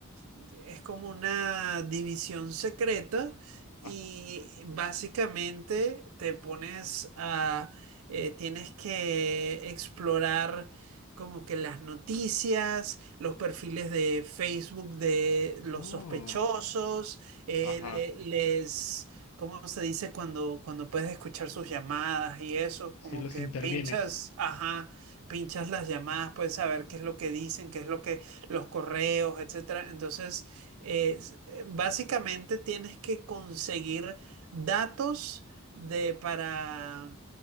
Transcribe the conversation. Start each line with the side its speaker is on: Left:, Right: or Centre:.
Right: mm, es como una división secreta
Left: ajá,
Right: y básicamente te pones a, eh, tienes que explorar como que las noticias, los perfiles de Facebook de los
Left: Oh,
Right: sospechosos, eh,
Left: ajá,
Right: le- les... ¿Cómo se dice cuando, cuando puedes escuchar sus llamadas y eso?
Left: si
Right: Como
Left: los
Right: que
Left: intervienes.
Right: pinchas, ajá, pinchas las llamadas, puedes saber qué es lo que dicen, qué es lo que los correos, etcétera. Entonces, es- eh, básicamente tienes que conseguir datos de para,